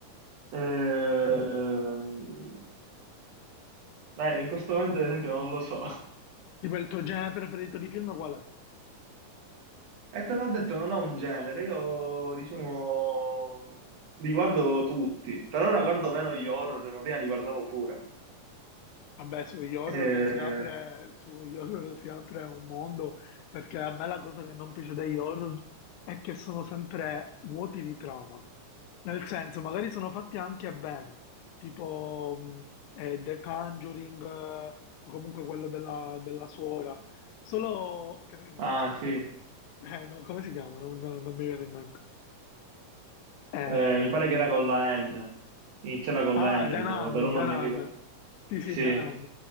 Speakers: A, on the right; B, on the left.
A: ehm,
B: Mm.
A: beh, in questo momento ad esempio non lo so. <laughs>
B: Tipo il tuo genere preferito di film qual è?
A: E te l'ho detto, non ho un genere, io diciamo li guardo tutti, per ora guardo meno gli horror, ma prima li guardavo pure.
B: Vabbè, sugli horror
A: Eh,
B: si apre, sugli horror si apre un mondo, perché a me la cosa che non piace degli horror è che sono sempre vuoti di trama. Nel senso, magari sono fatti anche bene, tipo mh, eh, The Conjuring, eh, o comunque quello della, della suora, solo che in
A: ah
B: questo momento
A: sì,
B: no- eh, no, come si chiama? Non, non- non mi viene in mente. Eh,
A: Eh, mi pare che era con la N, iniziava con
B: Ah,
A: la N
B: Danan,
A: il nome, però non
B: Danan.
A: mi ricordo.
B: Sì, sì,
A: Sì,
B: Danan.